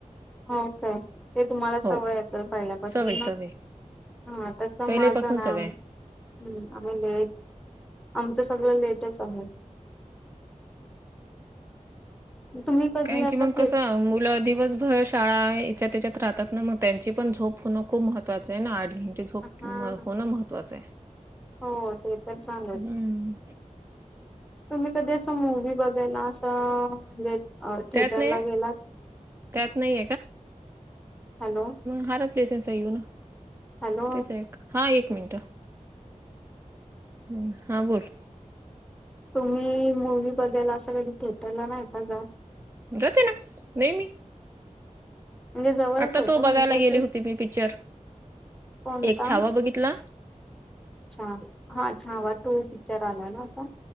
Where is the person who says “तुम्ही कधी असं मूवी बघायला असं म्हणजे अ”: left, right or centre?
Centre